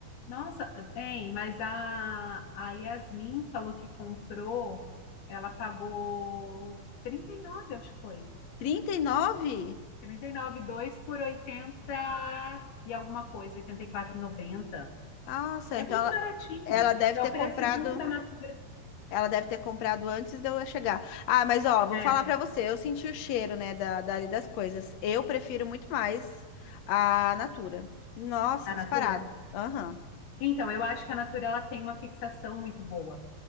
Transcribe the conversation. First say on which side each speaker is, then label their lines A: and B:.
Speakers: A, on the left (about 80°); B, on the left (about 60°).
A: Nossa, bem, mas a, a Yasmin falou que comprou, ela pagou 39, acho que foi.
B: 39.
A: trinta e nove e dois por 80 e alguma coisa, oitenta e quatro e noventa.
B: Nossa,
A: É
B: então
A: muito
B: ela,
A: baratinho.
B: ela deve
A: É
B: ter
A: o preço
B: comprado,
A: de um da Natura.
B: ela deve ter comprado antes de eu chegar. Ah, mas ó, vou
A: É,
B: falar pra você, eu senti o cheiro, né, da, dali das coisas. Eu prefiro muito mais a Natura. Nossa,
A: a
B: disparado.
A: Natura?
B: Aham.
A: Então, eu acho que a Natura ela tem uma fixação muito boa.